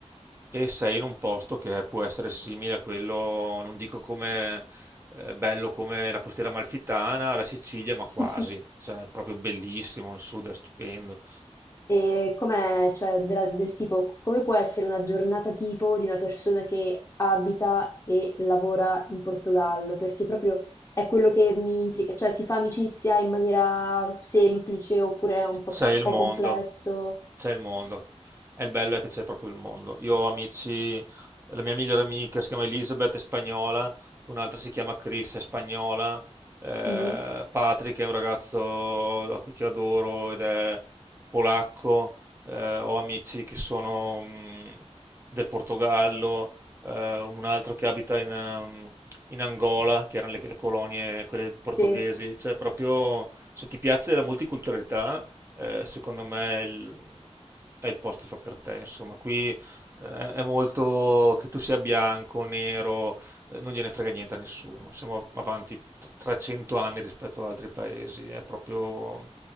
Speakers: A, on the right; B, on the left.
A: e sei in un posto che può essere simile a quello, non dico come eh, bello come la costiera amalfitana, la Sicilia,
B: <laughs>
A: ma quasi, cioè è proprio bellissimo, il sud è stupendo,
B: E com'è, cioè, della- del tipo, come può essere una giornata tipo di una persona che abita e lavora in Portogallo? Perché proprio è quello che mi intriga, cioè si fa amicizia in maniera semplice oppure è un po',
A: c'è
B: un
A: il
B: po'
A: mondo.
B: complesso?
A: c'è il mondo. E il bello è che c'è proprio il mondo. Io ho amici, la mia migliore amica si chiama Elizabeth, è spagnola, un'altra si chiama Chris, è spagnola, eh,
B: Mhm,
A: Patrick è un ragazzo a cui che adoro ed è polacco, eh, ho amici che sono mh, del Portogallo, eh, un altro che abita in, ehm, in Angola, che erano le, le colonie, quelle portoghesi,
B: Sì,
A: cioè proprio se ti piace la multiculturalità eh, secondo me è il, è il posto che fa per te. Insomma, qui eh, è molto che tu sia bianco, nero, eh, non gliene frega niente a nessuno. Siamo avanti t- 300 anni rispetto ad altri paesi. È proprio